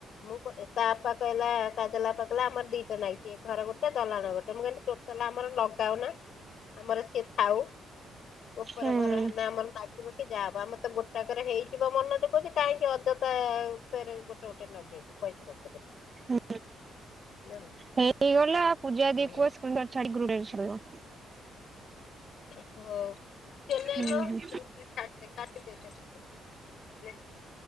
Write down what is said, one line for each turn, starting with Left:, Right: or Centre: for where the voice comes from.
Left: ମୁଁ କ ଏ ତା ଆପା କହିଲା କାଜଲ ବାପା କହିଲା ଆମର ଦିଟା ନାଗିଚି ଏ ଘରେ ଗୋଟେ ଦଲାଣ ଗୋଟେ ମୁଁ କହିଲି ଟୋଟାଲ ଆମର ଲଗାଅ ନା। ଆମର ସିଏ ଥାଉ। ଓପର
Right: ହୁଁ।
Left: ଘର ହେନେ ଆମର ଲାଗିବ କି ଯାହା ହବ ଆମର ତ ଗୋ ଟାକରେ ହେଇଯିବ ମନୋଜ କହୁଚି କାହିଁକି ଅଯଥା ଉପରେ ଗୋଟେ ଗୋଟେ ନଗେଇବୁ ପଇସା ଖର୍ଚ୍ଚ। କରିବୁ
Right: ହୁଁ
Left: ଜାଣିଲୁ
Right: ହେଇଗଲା ପୂଜା
Left: ହଁ
Right: ଦେଇକୁ କୁହ ସୁନ୍ଦର ଛାଡି ଗ୍ରୁପରେ ଛାଡିବ।
Left: ହଉ ଚୁ ନେଲୁ
Right: ହୁଁ ହୁଁ।
Left: ଗ୍ରୁପରେ ଛାଡି ଦେ କାଟି ଦେ <inaudible> ନେ